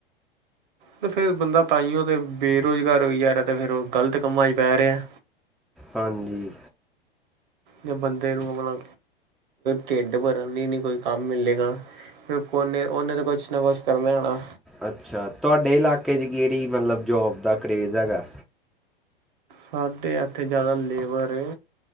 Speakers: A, on the right; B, in the centre.
A: ਤੇ ਫੇਰ ਬੰਦਾ ਤਾਈਓ ਤੇ ਬੇਰੋਜ਼ਗਾਰ ਹੋਈ ਜਾ ਰਿਆ ਤੇ ਫੇਰ ਓ ਗਲਤ ਕੰਮਾਂ ਚ ਪੈ ਰਿਆ।
B: ਹਾਂਜੀ।
A: ਜਾਂ ਬੰਦੇ ਨੂੰ ਅਪਣਾ, ਢਿੱਡ ਭਰਨ ਲਈ ਨੀ ਕੋਈ ਕੰਮ ਮਿਲੇਗਾ। ਫੇਰ ਓਨੇ, ਓਨੇ ਤੇ ਕੁਛ ਨਵਾ ਕਰਨੈ ਨਾ।
B: ਅੱਛਾ, ਤੁਆਡੇ ਇਲਾਕੇ ਚ ਕੇੜ੍ਹੀ ਮਤਲਬ ਜੋਬ ਦਾ ਕਰੇਜ਼ ਹੈਗਾ?
A: ਸਾਡੇ ਐਥੇ ਜਾਦਾ ਲੇਬਰ ਏ।